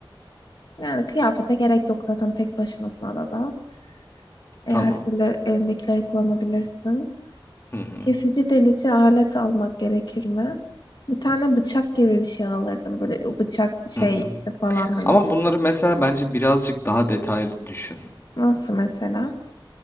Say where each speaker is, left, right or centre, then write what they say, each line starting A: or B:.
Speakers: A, on the left; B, on the left.
A: yani kıyafete gerek yok zaten tek başınasına da da. E,
B: tamam.
A: her türlü elindekileri kullanabilirsin.
B: Hı hı,
A: Kesici delici alet almak gerekir mi? Bir tane bıçak gibi bir şey alırdım. Böyle o bıçak şeysi
B: hı hı.
A: falan. hani.
B: Ama bunları mesela bence birazcık daha detaylı düşün.
A: Nasıl mesela?